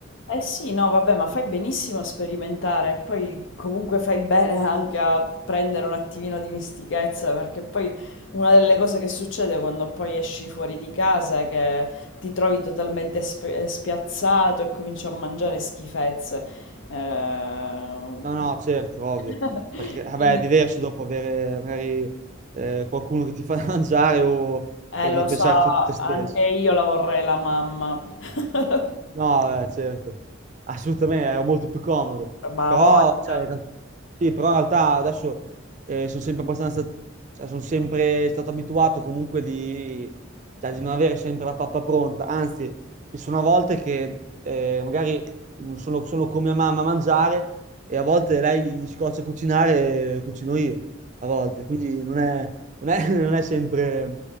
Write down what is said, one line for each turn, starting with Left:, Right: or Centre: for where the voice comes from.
Left: Eh sì, no, vabbè, ma fai benissimo a sperimentare, poi comunque fai bene anche a prendere un attimino di mistichezza, perché poi una delle cose che succede quando poi esci fuori di casa è che ti trovi totalmente sp- eh, spiazzato e cominci a mangiare schifezze. Eh,
Right: No,
Left: quindi,
Right: no, certo, ovvio.
Left: <laughs>
Right: Perché, vabbè,
Left: quindi,
Right: è diverso dopo avere magari eh, qualcuno che ti fa <laughs> da mangiare o,
Left: eh,
Right: o devi
Left: lo
Right: pensare
Left: so,
Right: tutto te stesso.
Left: anche io la vorrei la mamma, <laughs>
Right: No, eh, certo, assolutamente, era molto più comodo.
Left: ma
Right: Però,
Left: ha voglia.
Right: cioè, in real- sì, però in realtà adesso eh, sono sempre abbastanza, cioè, sono sempre stato abituato comunque di, cioè, di non avere sempre la pappa pronta. Anzi, ci sono volte che eh, magari mm, sono, sono con mia mamma a mangiare e a volte lei gli scoccia a cucinare e cucino io, a volte. Quindi non è, non è, <laughs> non è sempre,